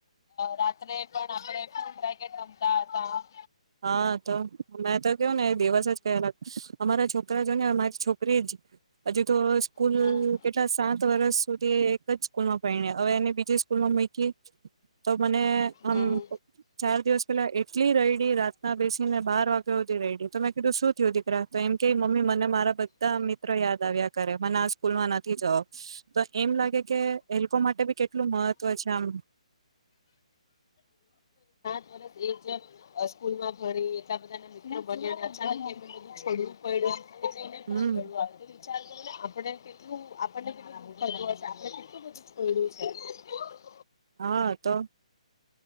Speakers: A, on the left (about 35°); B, on the right (about 40°).
A: રાત્રે પણ આપણે ફૂડ પેકેટ રમતા હતા
B: હા તો મેં તો એવું કયો ને એ દિવસ જ કર્યો અમારા છોકરા છોકરા જો ને મારી છોકરી જ હજુ તો સ્કૂલ
A: હમ
B: કેટલા સાત વર્ષ સુધી એક જ સ્કૂલમાં પને હવે એને બીજી સ્કૂલમાં મૂકી તો મને
A: હમ
B: આમ ચાર દિવસ પેલા એટલી રઈડ ત્યાં બેસીને બાર વાગે સુધી રહીડી તો મેં કીધું શું થયું દીકરા તો એમ કે મમ્મી મને મારા બધા મિત્રો યાદ આવ્યા કરે મને આ સ્કૂલમાં નથી જવું તો એમ લાગે કે એે લોકો માટે બી કેટલું મહત્વ છે આમ
A: કદાચ એ જેમ આ સ્કૂલમાં ભરી એટલા બધા ના મિત્રો બન્યા <unintelligible> છોડું પડ્યું ને પણું
B: હમ
A: વિચારને આપડ કેટલું આપ તને કેટલું સમજાઈ ગયું હશે આપણે કેટલું છોડ્યું છે
B: હા તો